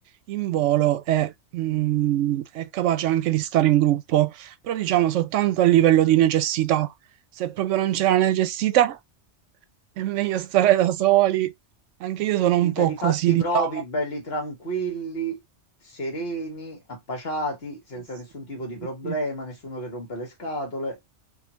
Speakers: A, on the right (about 90°); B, on the left (about 55°).
A: in volo e mh, è capace anche di stare in gruppo, però diciamo soltanto a livello di necessità. Se proprio non c'è la necessità, è meglio stare da soli. Anche io sono
B: Sì,
A: un
B: per
A: po'
B: i
A: così,
B: fatti
A: diciamo.
B: propri, belli tranquilli, sereni, appaciati, senza
A: Sì, sì,
B: nessun tipo
A: sì,
B: di problema,
A: sì. sì.
B: nessuno che rompe le scatole,